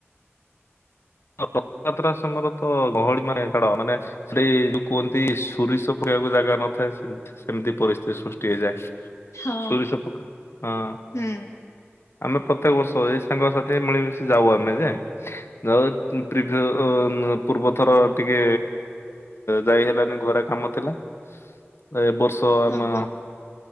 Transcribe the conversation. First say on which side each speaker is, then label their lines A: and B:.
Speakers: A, on the left; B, on the left.
A: <inaudible> ରଥଯାତ୍ରା ସମୟରେ ତ ଗହଳି ମାନେ ଛାଡ ମାନେ ସେଠ ଯୋଉ କୁହନ୍ତି ତୁରିସ୍ ପଖବାକୁ ଜାଗା ନଥାଏ ସେମିତି ପରିସ୍ଥିତି ସୃଷ୍ଟି ହେଇଯାଏ।
B: ହଁ
A: ସୂରି ସପକ ହଁ
B: ହୁଁ
A: ଆମେ ପ୍ରତ୍ୟେକ ବର୍ଷ ଏଇ ସାଙ୍ଗ ସାଥି ମିଳିମିଶି ଯାଉ ଆମେ ଯେ। ଯା ପ୍ରିଭ ଅ ପୂର୍ବଥର ଟିକେ ଯାଇ ହେଲାନି ଘରେ କାମ ଥିଲା ଏ ବର୍ଷ ତ ଆମେ
B: ଓହୋ।